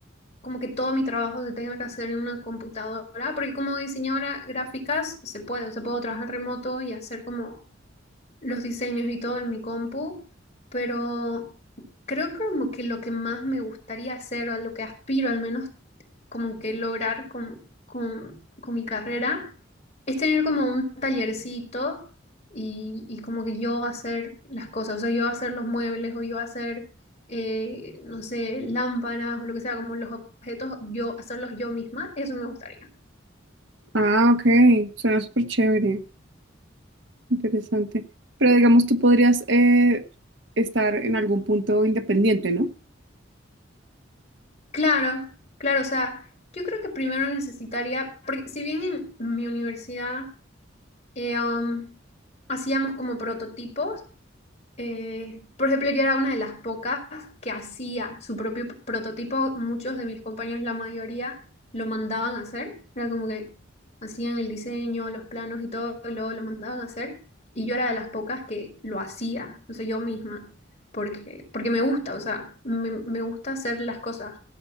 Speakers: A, on the left; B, on the right.
A: como que todo mi trabajo se tenga que hacer en una computadora, porque como diseñadora gráficas se puede, o sea, puedo trabajar remoto y hacer como los diseños y todo en mi compu, pero creo que como que lo que más me gustaría hacer, o a lo que aspiro al menos como que lograr con, con- con mi carrera, es tener como un tallercito y, y como que yo hacer las cosas, o sea, yo hacer los muebles o yo hacer, eh, no sé, lámparas o lo que sea, como los objetos, yo hacerlos yo misma, eso me gustaría.
B: Ah, ok, suena súper chévere, interesante. Pero digamos, tú podrías eh, estar en algún punto independiente, ¿no?
A: Claro, claro, o sea, yo creo que primero necesitaría, porque si bien en mi universidad eh, um, hacíamos como prototipos, eh, por ejemplo, yo era una de las pocas que hacía su propio prototipo. Muchos de mis compañeros, la mayoría, lo mandaban a hacer. Era como que hacían el diseño, los planos y todo, y luego lo mandaban a hacer. Y yo era de las pocas que lo hacía, o sea, yo misma, porque, porque me gusta, o sea, me, me gusta hacer las cosas.